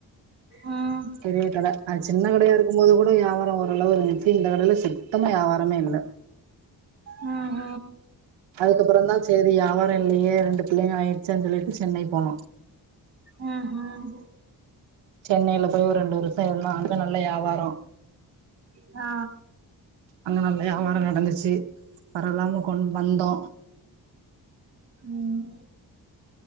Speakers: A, on the right (about 35°); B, on the right (about 85°).
A: உம்
B: பெரிய கடை அது சின்ன கடையா இருக்கும்போது கூட வியாபாரம் ஓரளவு இருந்துச்சு இந்த கடையில சுத்தமா வியாபாரமே இல்ல
A: உம்
B: அதுக்கப்றோ தா சேரி வியாபாரம் இல்லையே ரெண்டு பிள்ளைங்க ஆயிருச்சுசே சொல்லிட்டு சென்னை போனோ
A: உம் ஹீம்
B: சென்னையில போயி ஒரு ரெண்டு வருஷோ இருந்தோ அங்க நல்லா வியாபாரம்
A: ஆ
B: அங்க நல்லா வியாபாரோ நடந்துச்சு பரவால்லாம கொண் வந்தோ
A: உம்